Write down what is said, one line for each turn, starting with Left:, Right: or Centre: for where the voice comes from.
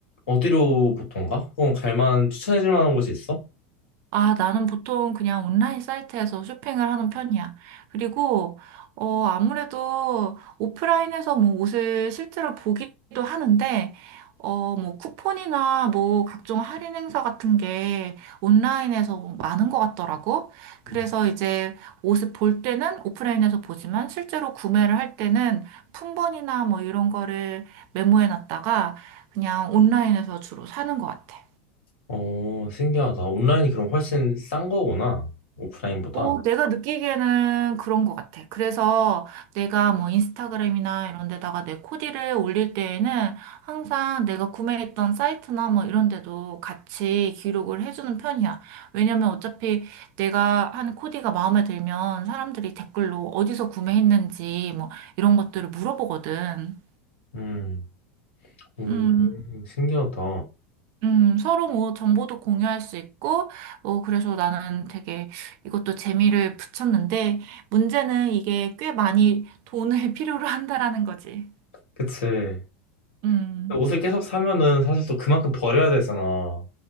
Left: 어디로 보통 가? 그럼 갈 만한 추천해 줄 만한 곳이 있어?
Right: 아, 나는 보통 그냥 온라인 사이트에서 쇼핑을 하는 편이야. 그리고, 어, 아무래도 오프라인에서 뭐 옷을 실제로 보기도 하는데, 어, 뭐 쿠폰이나 뭐 각종 할인 행사 같은 게 온라인에서 뭐 많은 것 같더라고. 그래서
Left: 음.
Right: 이제 옷을 볼 때는 오프라인에서 보지만 실제로 구매를 할 때는 품번이나 뭐 이런 거를 메모해 놨다가 그냥 온라인에서 주로 사는 것 같아.
Left: 어, 신기하다. 온라인이 그럼 훨씬 싼 거구나. 오프라인보다.
Right: 어, 내가 느끼기에는 그런 것 같아. 그래서 내가 뭐 인스타그램이나 이런 데다가 내 코디를 올릴 때에는 항상 내가 구매했던 사이트나 뭐 이런 데도 같이 기록을 해주는 편이야. 왜냐면 어차피 내가 한 코디가 마음에 들면 사람들이 댓글로 어디서 구매했는지 뭐 이런 것들을 물어보거든.
Left: 음, 음,
Right: 음.
Left: 신기하다.
Right: 음, 서로 뭐 정보도 공유할 수 있고, 뭐 그래서 나는 되게 이것도 재미를 붙였는데, 문제는 이게 꽤 많이 돈을 <laughs> 필요로 한다라는 거지.
Left: 그치.
Right: 음.
Left: 근데 옷을 계속 사면은 사실 또 그만큼 버려야 되잖아.